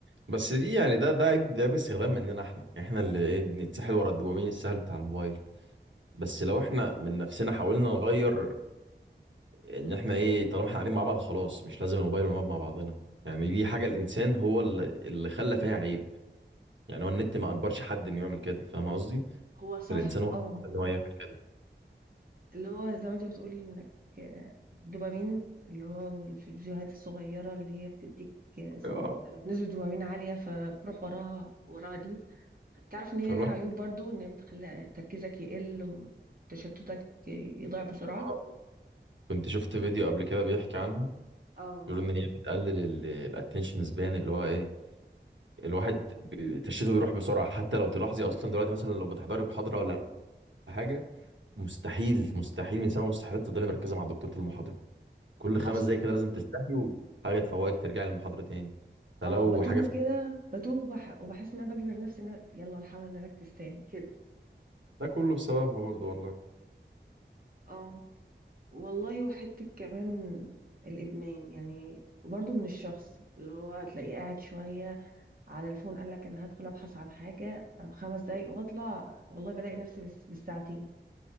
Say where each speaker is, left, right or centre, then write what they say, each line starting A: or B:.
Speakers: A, on the right (about 85°); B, on the right (about 50°).
A: بس دي يعني ده ده عيب ده عيب استخدام مننا احنا احنا اللي إيه، بنتسحل ورا الدوبامين السهل بتاع الموبايل بس لو احنا من نفسنا حاولنا نغير ان احنا ايه طالما احنا قاعدين مع بعض خلاص مش لازم الموبايل ونقعد مع بعضنا يعني دي حاجه الانسان هو اللي اللي خلى فيها عيب يعني هو النت ما اجبرش حد انه يعمل كده فاهم قصدي
B: هو صح
A: الانسان هو
B: اه
A: اللي هو يعمل كده
B: اللي هو زي ما انت بتقول انك آه، دوبامين اللي هو الفيديوهات الصغيرة اللي هي بتديك آه،
A: اه
B: نسبة دوبامين عالية فبروح وراها وراها دي تعرف ان هي
A: فالواحد
B: لها عيوب برضو ان هي بتخلي تركيزك يقل وتشتتك يضيع بسرعة
A: آه، كنت شفت فيديو قبل كده بيحكي عنها
B: اه
A: بيقول ان هي بتقلل الاتنشن سبان اللي هو ايه الواحد ب- تشتته يروح بسرعه حتى لو تلاحظي اصلا دلوقتي مثلا لو بتحضري محاضره ولا حاجه مستحيل مستحيل من سبع مستحيلات تفضلي مركزه مع الدكتور طول المحاضره كل
B: حصل
A: خمس دقايق كده لازم تستحي وحاجة تفوقك ترجع للمحاضرة تاني فلو
B: اه بتوه
A: حاجة فاتتك-
B: كده بتوه بح وبحس ان انا بجبر نفسي ان أنا- يلا نحاول نركز تاني كده
A: ده كله بسببها برضو والله
B: اه والله وحتة كمان الإدمان يعني برضو من الشخص اللي هو تلاقيه قاعد شوية على الفون قال لك انا هدخل ابحث عن حاجه خمس دقايق واطلع والله بلاقي نفسي بس بالساعتين